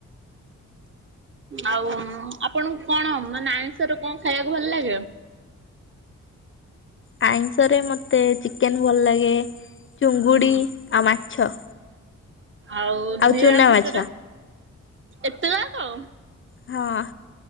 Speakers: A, on the right; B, on the left.
A: ଆଉ ଆପଣଙ୍କୁ କଣ ମାନେ ଆଇଁଷ ରେ କଣ ଖାଇବାକୁ ଭଲ ଲାଗେ?
B: ଆଇଁଷରେ ମୋତେ ଚିକେନ୍ ଭଲ ଲାଗେ। ଚିଙ୍ଗୁଡ଼ି
A: ହୁଁ।
B: ଆଉ ମାଛ।
A: ଆଉ ନିରାମିଶରେ
B: ଚୁନା ମାଛ
A: ଏତେ ଯା କ।
B: ହଁ।